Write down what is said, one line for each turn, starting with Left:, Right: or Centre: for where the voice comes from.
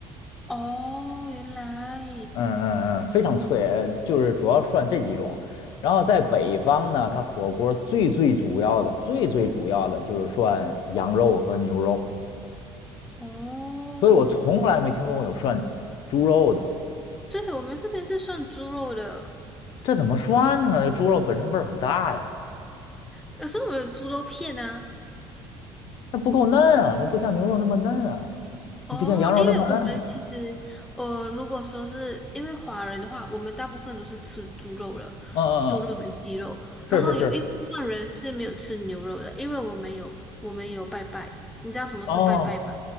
Centre: 哦，原来。
Left: 嗯嗯嗯，非常脆，呃就是主要涮这几种。然后在北方呢，它火锅最最主要的、最最主要的就是涮羊肉和牛肉，
Centre: 哦，
Left: 所以我从来没听说过有涮猪肉的。
Centre: 对，我们这边是算猪肉的，
Left: 这怎么涮呢？这猪肉本身味儿很大呀，
Centre: 可是我们有猪肉片啊。
Left: 它不够嫩啊，它不像牛肉那么嫩啊，
Centre: 哦，
Left: 不像羊肉那么嫩啊。
Centre: 因为我们其实，呃，如果说是因为华人的话，我们大部分都是吃猪肉的，
Left: 嗯嗯嗯，
Centre: 猪肉跟鸡肉，
Left: 是是是，
Centre: 然后有一部分人是没有吃牛肉的，因为我们有我们有拜拜，你知道什么是拜拜吗？
Left: 哦